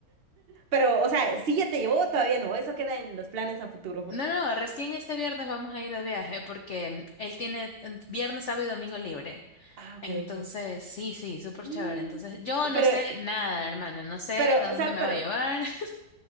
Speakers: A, on the right (about 45°); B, on the left (about 85°).
A: Pero, o sea, sí ya te llevó, todavía no. Eso queda en los planes a futuro.
B: No, no, recién este viernes vamos a ir de viaje porque mm, él tiene eh, viernes, sábado y domingo libre.
A: Ah, ok,
B: Entonces,
A: ok.
B: sí, sí, súper
A: Mm.
B: chévere. Entonces, yo no
A: Pero,
B: sé nada, hermana, no sé
A: pero,
B: a dónde
A: o sea,
B: me
A: pero,
B: va a llevar. <laughs>